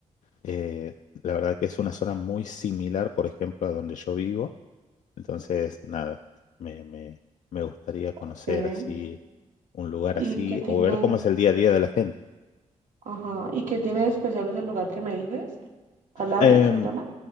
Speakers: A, on the left; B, on the right.
A: Eh, la verdad que es una zona muy similar, por ejemplo, a donde yo vivo. Entonces, nada, me, me me gustaría conocer
B: ok.
A: así un lugar
B: ¿Y
A: así
B: qué tiene?
A: o ver cómo es el día a día de la gente.
B: Ajá. ¿Y qué tiene de especial ese lugar que me dices? Calabria
A: Em,
B: se llama.